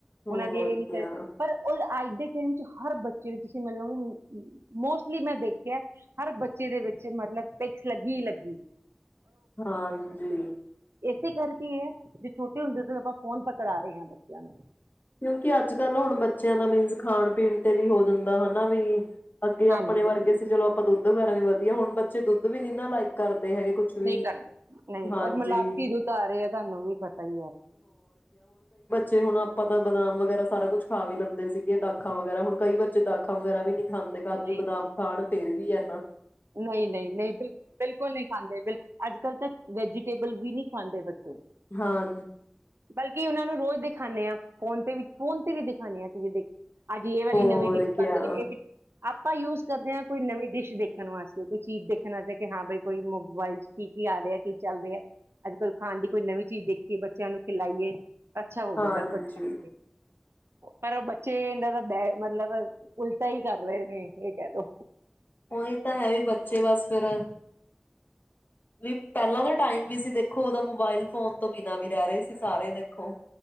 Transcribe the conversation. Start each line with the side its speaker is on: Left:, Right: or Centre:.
Left: ਹੋਰ
Right: ਉਹਨਾ ਦੇ
Left: ਕਿਆ
Right: ਪਰ ਉਹ ਅੱਜ ਦੀ ਹਰ ਬੱਚੇ ਦੇ ਤੁਸੀ ਮਤਲਬ ਮੋਸਟਲੀ ਮੈਂ ਦੇਖਿਆ ਹਰ ਬੱਚੇ ਦੇ ਵਿੱਚ ਮਤਲਬ ਲ
Left: ਹਾਂਜੀ
Right: ਫਿਰ ਕੀ ਐ ਵੀ ਛੋਟੇ ਹੁੰਦੇ ਤਾ ਕਰਾ ਰਹੇ ਆ ਬੱਚਿਆ ਨੂੰ।
Left: ਕਿਉਂਕਿ ਅੱਜ ਕੱਲ੍ਹ ਹੁਣਾ ਬੱਚਿਆਂ ਦਾ ਮੈਨਸ ਖਾਣ ਪੀਣ ਤਾ ਵੀ ਹੋ ਜਾਂਦਾ ਹੈ, ਹਨਾ ਬਈ। ਅੱਗੇ ਆਪਣੇ
Right: ਹਾਂਜੀ
Left: ਵਰਗਾ ਸੀ ਚਲੋ। ਔਰ ਦੁੱਧ ਵੀ ਵਧੀਆ ਹੁੰਦਾ, ਹੁਣ ਬੱਚਾ ਦੁੱਧ ਵਗੈਰਾ ਵੀ ਨਹੀਂ ਨਾ ਲਾਈਕ ਹੈਗੇ ਕੁਛ ਵੀ
Right: ਨਹੀਂ ਕਰਦੇ ਨਹੀਂ
Left: ਹਾਂਜੀ
Right: ਔਰ ਮਲਾਈ ਪੀ ਦੁੱਧ ਆ ਰਹੇ ਤੈਨੂੰ ਵੀ ਪਤਾ ਹੈ।
Left: ਤੇ ਹੁਣ ਪਤਾ ਬਾਦਾਮ ਵਗੈਰਾ ਸਾਰਾ ਕੁਝ ਖਾ ਵੀ ਲੈਂਦਾ ਸੀ, ਦਾਖਾ ਵਗੈਰਾ ਹੁਣ ਦਾਖਾ ਵਗੈਰਾ ਵੀ ਨਹੀਂ। ਹਾਂਜੀ ਕਾਜੂ
Right: ਨਹੀਂ
Left: ਬਾਦਾਮ ਖਾਣ ਕੇ। ਕੀ ਹਾਲ ਹੈ
Right: ਨਹੀਂ ਨਹੀਂ ਬਿਲਕੁਲ ਨੀ ਖਾਂਦੇ ਬਿਲ ਅੱਜਕੱਲ ਤਾਂ, ਵੈਜੀਟੇਬਲ ਵੀ ਨਈਂ ਖਾਂਦੇ ਬੱਚੇ।
Left: ਹਾਂ।
Right: ਬਲਕਿ ਉਹਨਾਂ ਨੂੰ ਉਹ ਦਿਖਾਨੇ ਆਂ ਫੋਨ ਤੇ ਵੀ ਫੋਨ ਤੇ ਵੀ ਦਿਖਾਨੇ ਆਂ ਤੁਸੀਂ ਦੇਖ ਅੱਜ ਇਹ ਵਾਲੀ
Left: ਹੋਰ
Right: ਨਵੀਂ ਡਿਸਕ
Left: ਕਿਆ
Right: ਆਉਂਦੀ ਇਹ ਵੀ ਆਪਾਂ ਯੂਜ ਕਰਦੇ ਆ ਕੋਈ ਨਵੀਂ ਡਿਸ਼ ਦੀ ਧੰਨਵਾਦ ਕੋਈ ਚੀਜ਼ ਦੇਖਣ ਵਾਸਤੇ ਕਿ ਹਾਂ ਬਈ ਕੋਈ ਮੋਬਾਈਲ ਚ ਕੀ-ਕੀ ਆ ਰਿਹਾ, ਕੀ ਚੱਲ ਰਿਹਾ ਅੱਜਕਲ ਖਾਣ ਦੀ ਕੋਈ ਨਵੀਂ ਚੀਜ਼ ਦੇਖੀ ਬੱਚਿਆਂ ਨੂੰ- ਲਾਈਏ ਅੱਛਾ ਹੋਵੇਗਾ।
Left: ਹਾਂਜੀ
Right: ਅੱਗੇ-ਅੱਗੇ। ਪਰ ਉਹ ਬੱਚੇ ਇਦਾਂ ਦਾ ਮਤਲਬ ਉਲਟਾ ਹੀ ਕਰ ਰਹੇ ਨੇ ਇਹ ਕਹਿ ਦੋ,
Left: ਉਹੀ ਤਾਂ ਹੈ ਵੀ ਬੱਚੇ ਵਾਸਤੇ ਫਿਰ ਵੀ ਪਹਿਲਾਂ ਦੇ ਟਾਈਮ ਵੀ ਸੀ ਦੇਖੋ ਉਹਦੋਂ ਮੋਬਾਇਲ ਫੋਨ ਤੋਂ ਬਿਨਾਂ ਵੀ ਰਹਿ ਰਹੇ ਸੀ ਸਾਰੇ ਦੇਖੋ।